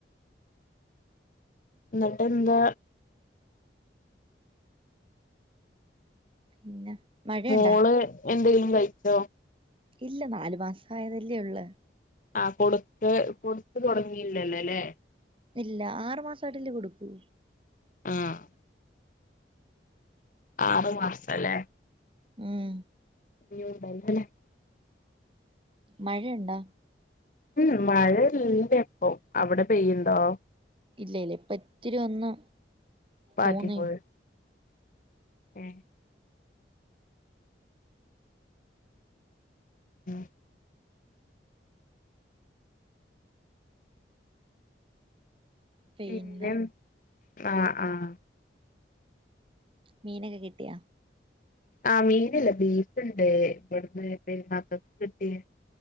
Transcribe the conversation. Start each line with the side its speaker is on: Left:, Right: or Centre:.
Left: എന്നിട്ട് എന്താ
Right: പിന്നെ മഴയുണ്ടാ
Left: മോള് എന്തെങ്കിലും കഴിച്ചോ
Right: ഇല്ല നാല് മാസമായതല്ലേ ഉള്ള്
Left: ആഹ് കൊടുത്ത് കൊടുത്ത് തുടങ്ങിയില്ലല്ലല്ലേ
Right: ഇല്ല, ആറു മാസമായിട്ടല്ലേ കൊടുക്കൂ.
Left: ആഹ് ആറ് മാസ അലേ.
Right: ഉം
Left: <unintelligible>
Right: മഴെ ഇണ്ടാ?
Left: ഇമ്, ഇമ് മഴ ഇല്ല ഇപ്പം അവിടെ പെയ്യ്ണ്ടോ?
Right: ഇല്ല, ഇല്ല ഇപ്പ ഇത്തിരി ഒന്ന്
Left: പാറ്റിപോയി.
Right: തോന്നി
Left: ഏഹ് ഏഹ്
Right: പിന്നെ
Left: പിന്നെം, ആഹ്, ആഹ്
Right: മീനൊക്കെ കിട്ടിയാ?
Left: ആ മീനല്ല ബീഫ് ഇണ്ട്. ഇബട്ന്ന് പെരുന്നാക്കക്ക് കിട്ടിയെ